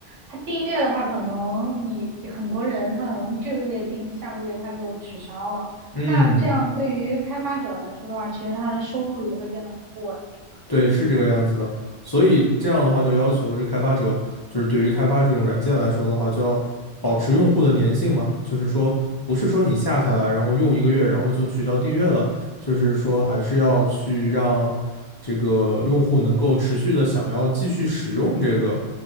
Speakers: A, on the right (about 85°); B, on the left (about 25°).
A: 它订阅的话，可能你很多人他可能这个月订，下个月他就取消了。
B: 嗯，
A: 那这样对于开发者来说的话，其实他的收入也会变得很不稳定啊。
B: 对，是这个样子的。所以这样的话，就要求这开发者，就是对于开发这种软件来说的话，就要保持用户的粘性嘛。就是说，不是说你下下来，然后用一个月，然后就取消订阅了。就是说，还是要去让这个用户能够持续的想要继续使用这个